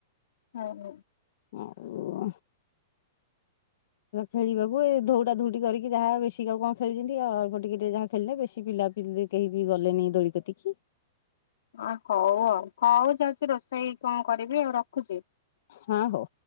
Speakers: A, on the left; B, on the left.
A: ହୁଁ ହୁଁ।
B: ଆଉ ଖେଳିବାକୁ ଏ ଧଉଡା ଧଉଟି କରିକି ଯାହା ବେଶୀ ଆଉ କଣ ଖେଳିଛନ୍ତି ଆଉ ଅଳ୍ପ ଟିକିେ ଯାହା ଖେଳିଲେ ବେଶୀ ପିଲାପିଲି କେହି ବି ଗଲେନି। ଦୋଳିିକତି କିି
A: ଆ ହଉ ଆଉ ହଉ ଯାଉଛି ରୋଷେଇ କଣ କରିବି ଆଉ ର ଖୁଛି।
B: ହଁ ହଉ।